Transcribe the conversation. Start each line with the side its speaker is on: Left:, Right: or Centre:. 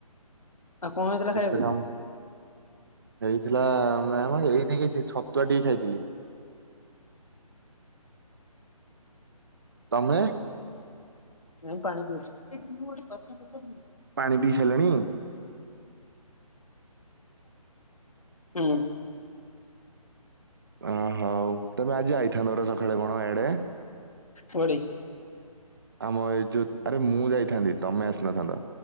Left: ଆଉ କଣ ହେଇଥିଲା
Right: କେତେ
Left: ଖାଇବାକୁ
Right: କାମ? ହେଇଥିଲା ଆମ ଏଇନ କିଛି ଛତୁଆ ଟିକେ ଖାଇଥିଲି। ତମେ?
Left: ଏ ପାଣି ପିଇଛି।
Right: ପାଣି ପିଇ ସାରିଲେଣି।
Left: ହୁଁ
Right: ଅ ହୋଉ ତମେ ଆଜି ଆଇଥାନ୍ତ ର ସକାଳେ କଣ ଏଆଡେ।
Left: କୁଆଡ଼େ?
Right: ଆମ ଏଇ ଯୋଉ ଆରେ ମୁଁ ଯାଇଥାନ୍ତି ତମେ ଆସିନଥାନ୍ତ।